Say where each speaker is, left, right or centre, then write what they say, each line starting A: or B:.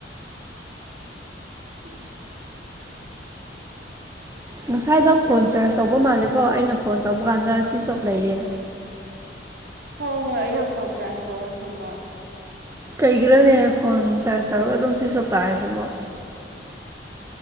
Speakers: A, on the right (about 60°); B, on the right (about 15°).
A: ꯎꯝ <inaudible>
B: ꯉꯁꯥꯏꯗ ꯐꯣꯟ ꯆꯥꯔꯖ ꯇꯧꯕ ꯃꯥꯜꯂꯦꯀꯣ ꯑꯩꯅ ꯐꯣꯟ ꯇꯧꯕ ꯀꯥꯟꯗ ꯁ꯭ꯋꯤꯁ ꯑꯣꯞ ꯂꯩꯌꯦ
A: ꯍꯣꯏ ꯍꯣꯏ ꯑꯩꯅ ꯐꯣꯟ ꯆꯥꯔꯖ ꯇꯧꯔꯒ ꯊꯝꯕ
B: ꯀꯩꯒꯤꯔꯣꯅꯦ ꯐꯣꯟ ꯆꯥꯔꯖ ꯇꯧꯔꯒ ꯑꯗꯨꯝ ꯁ꯭ꯋꯁꯣꯞ ꯇꯥꯔꯁꯤꯕꯣ